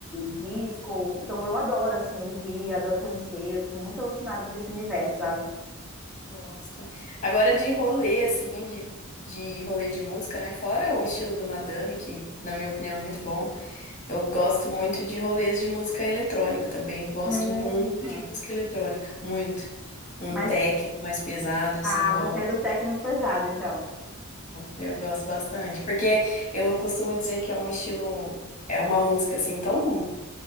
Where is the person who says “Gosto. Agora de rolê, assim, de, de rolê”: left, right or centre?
Left